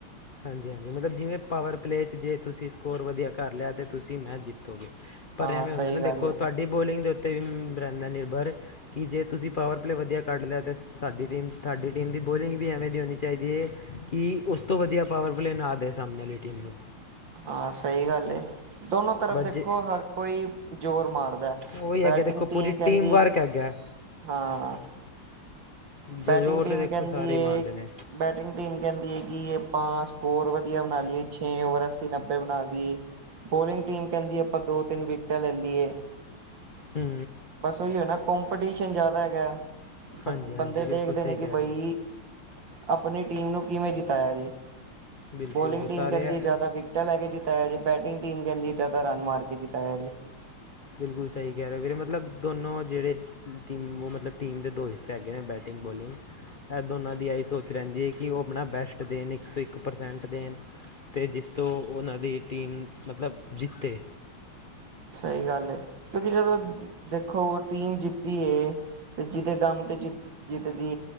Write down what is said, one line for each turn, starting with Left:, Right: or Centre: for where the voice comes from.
Left: ਹਾਂਜੀ ਹਾਂਜੀ ਮਤਲਬ ਜਿਵੇਂ ਪਾਵਰ ਪਲੇਅ 'ਚ ਜੇ ਤੁਸੀਂ ਸਕੋਰ ਵਧੀਆ ਕਰ ਲਿਆ ਤਾਂ ਤੁਸੀਂ ਮੈਚ ਜਿੱਤੋਗੇ ਭਰਿਆ
Right: ਹਾਂ
Left: ਹੋਏ
Right: ਸਹੀ
Left: ਹੁੰਦਾ ਨਾ ਦੇਖੋ
Right: ਗੱਲ ਹੈ
Left: ਤੁਹਾਡੀ ਬੋਲਿੰਗ ਦੇ ਉੱਤੇ ਵੀ ਰਹਿੰਦਾ ਨਿਰਭਰ ਕਿ ਜੇ ਤੁਸੀਂ ਪਾਵਰ ਪਲੇਅ ਵਧੀਆ ਕੱਢ ਲਿਆ ਤੇ ਸਾਡੀ ਟੀਮ ਤੁਹਾਡੀ ਟੀਮ ਦੀ ਬੋਲਿੰਗ ਵੀ ਐਵੇਂ ਦੀ ਹੋਣੀ ਚਾਹੀਦੀ ਹੈ ਕਿ ਉਸ ਤੋਂ ਵਧੀਆ ਪਾਵਰ ਪਲੇਅ ਨਾ ਆ ਸਾਹਮਣੇ ਵਾਲੀ ਟੀਮ ਨੂੰ
Right: ਹਾਂ ਸਹੀ ਗੱਲ ਏ ਦੋਨੋ ਤਰਫ਼
Left: ਬਟ
Right: ਦੇਖੋ
Left: ਜੇ
Right: ਹਰ ਕੋਈ ਜ਼ੋਰ ਮਾਰਦਾ।
Left: ਉਹੀ
Right: ਬੈਟਿੰਗ
Left: ਹੈਗੇ ਦੇਖੋ ਪੂਰੀ
Right: ਕਹਿੰਦੀ
Left: ਟੀਮ ਵਰਕ ਹੈਗਾ।
Right: ਹਾਂ
Left: ਜ਼ੋਰ
Right: ਬੈਟਿੰਗ ਟੀਮ
Left: ਤਾਂ ਦੇਖੋ
Right: ਕਹਿੰਦੀ
Left: ਸਾਰੇ
Right: ਏ।
Left: ਹੀ ਮਾਰਦੇ ਨੇ
Right: ਬੈਟਿੰਗ ਟੀਮ ਕਹਿੰਦੀ ਹੈ ਕਿ ਆਪਾਂ ਸਕੋਰ ਵਧੀਆ ਬਣਾ ਲਈਏ ਛੇ ਓਵਰ ਨੱਬੇ ਬਣਾ ਦੀਈਏ ਬੋਲਿੰਗ ਟੀਮ ਕਹਿੰਦੀ ਆਪਾਂ ਦੋ ਤਿੰਨ ਵਿਕਟਾਂ ਲੈ ਲਈਏ
Left: ਹੂੰ
Right: ਬਸ ਉਹੀ ਹੋ ਨਾ ਕਪੀਟੀਸ਼ਨ ਜ਼ਿਆਦਾ ਹੈਗਾ ਬ
Left: ਹਾਂਜੀ ਹਾਂਜੀ
Right: ਬੰਦੇ
Left: ਬਿਲਕੁਲ
Right: ਦੇਖਦੇ
Left: ਸਹੀ
Right: ਨੇ ਕਿ
Left: ਕਹਿ
Right: ਬਈ
Left: ਰਹੇ ਹੋ
Right: ਆਪਣੀ ਟੀਮ ਨੂੰ ਕਿਵੇਂ ਜਿਤਾਇਆ ਜੇ
Left: ਬਿਲਕੁਲ
Right: ਬੋਲਿੰਗ
Left: ਜੀ
Right: ਟੀਮ
Left: ਸਾਰੇ
Right: ਕਹਿੰਦੀ ਹੈ ਜ਼ਿਆਦਾ ਵਿਕ ਟਿੰ ਲੈ ਜਿੱਤਾਇਆ ਜੇ ਬੈਟਿੰਗ ਟੀਮ ਕਹਿੰਦੀ ਹੈ ਜ਼ਿਆਦਾ ਰਨ ਮਾਰ ਕੇ ਜਤਾਇਆ ਜੇ।
Left: ਬਿਲਕੁਲ ਸਹੀ ਕਹਿ ਰਹੇ ਹੋ ਵੀਰੇ ਮਤਲਬ ਦੋਨੋਂ ਜਿਹੜੇ ਮ ਮਤਲਬ ਟੀਮ ਦੇ ਦੋ ਹਿੱਸੇ ਹੈੱਗੇ ਨੇ ਬੈਟਿੰਗ ਬੋਲਿੰਗ ਇਹ ਦੋਨਾਂ ਦੀ ਆਈ ਸੋਚ ਰਹਿੰਦੀ ਹੈ ਕਿ ਉਹ ਆਪਣਾ ਬੈਸਟ ਦੇਣ ਇੱਕ ਸੌ ਇੱਕ ਪਰਸੈਂਟ ਦੇਣ। ਅਤੇ ਜਿਸ ਤੋਂ ਉਹਨਾਂ ਦੀ ਟੀਮ ਮਤਲਬ ਜਿੱਤੇ।
Right: ਸਹੀ ਗੱਲ ਹੈ ਕਿਉਂਕਿ ਜਦੋਂ ਦੇਖੋ ਟੀਮ ਜਿੱਤੀ ਏ। ਤੇ ਜਿਹਦੇ ਦਮ ਤੇ ਜਿ ਜਿੱਤਦੀ